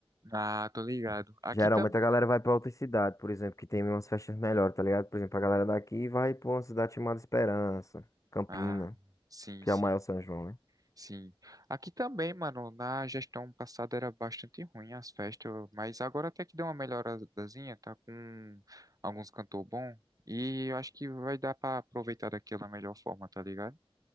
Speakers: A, on the right; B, on the left.
A: Ah, tô ligado. Aqui
B: Geralmente
A: também.
B: a galera vai pra outra cidade, por exemplo, que tem umas festas melhores, tá ligado? Por exemplo, a galera daqui vai pra uma cidade chamada Esperança, Campina,
A: Ah, sim,
B: que
A: sim,
B: é o maior São João, né?
A: sim. Aqui também, mano, na gestão passada era bastante ruim as festas, mas agora até que deu uma melhoradazinha, tá com alguns cantor bom. E eu acho que vai dar pra aproveitar daquela melhor forma, tá ligado?